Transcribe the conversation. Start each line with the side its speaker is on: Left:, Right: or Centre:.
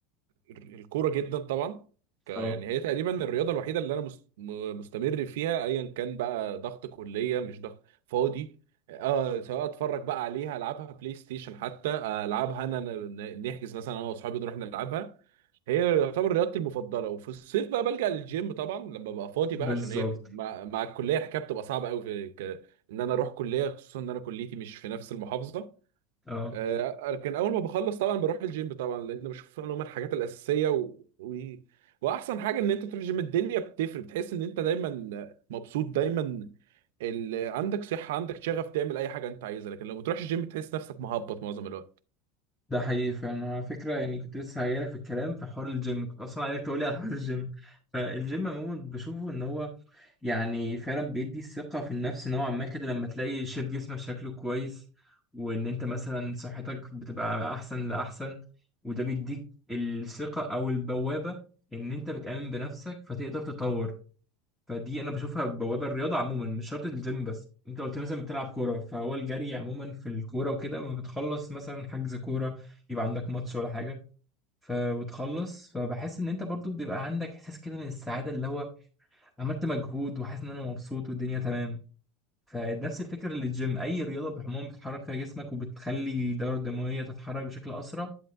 Right: الكوره جدا طبعا ك- يعني
Centre: اه
Right: هي تقريبا الرياضه الوحيده اللي انا مست- م- مستمر فيها ايا كان بقى ضغط كليه مش ضغط فاضي اه سواء اتفرج بقى عليها العبها بلاي ستيشن حتى العبها انا ن- نحجز مثلا انا واصحابي نروح نلعبها هي يعتبر رياضتي المفضله وفي الصيف بقى بلجأ للجيم طبعا لما ببقى فاضي
Centre: بالظبط
Right: بقى عشان هي ك- مع, مع الكليه الحكايه بتبقى صعبه قوي في ك... ان انا اروح كليه خصوصا ان انا كليتي مش في نفس المحافظه
Centre: اه
Right: آه، لكن اول ما بخلص طبعا بروح الجيم طبعا لان بشوف ان هم الحاجات الاساسيه و... و... واحسن حاجه ان انت تروح الجيم الدنيا بتفرق بتحس ان انت دايما مبسوط دايما ال... عندك صحه عندك شغف تعمل اي حاجه انت عايزها لكن لو ما بتروحش الجيم بتحس نفسك مهبط معظم الوقت
Centre: ده حقيقي فعلا على فكرة يعني كنت لسه هجيلك في الكلام في حوار الجيم كنت أصلا عايزك تقولي على حوار الجيم فالجيم عموما بشوفه إن هو يعني فعلا بيدي ثقة في النفس نوعا ما كده لما تلاقي شيب جسمك شكله كويس وإن أنت مثلا صحتك بتبقى أحسن لأحسن وده بيديك الثقة أو البوابة إن أنت بتآمن بنفسك فتقدر تطور فدي انا بشوفها بوابه الرياضه عموما مش شرط الجيم بس انت قلت مثلا بتلعب كوره فهو الجري عموما في الكوره وكده لما بتخلص مثلا حجز كوره يبقى عندك ماتش ولا حاجه فبتخلص فبحس ان انت برضو بيبقى عندك احساس كده من السعاده اللي هو عملت مجهود وحاسس ان انا مبسوط والدنيا تمام فنفس الفكره للجيم اي رياضه بالعموم بتحرك فيها جسمك وبتخلي الدوره الدمويه تتحرك بشكل اسرع